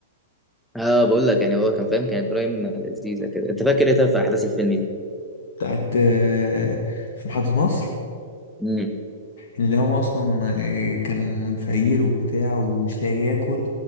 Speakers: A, in the centre; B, on the left (about 55°).
A: أه بقول لك يعني هو كان فاهم كانت برايم لذيذة كده أنت فاكر إيه طب في أحداث الفيلم دي؟
B: بتاعت آه، في محطة مصر
A: مم.
B: اللي هو أصلا آه، كان فقير وبتاع ومش لاقي ياكل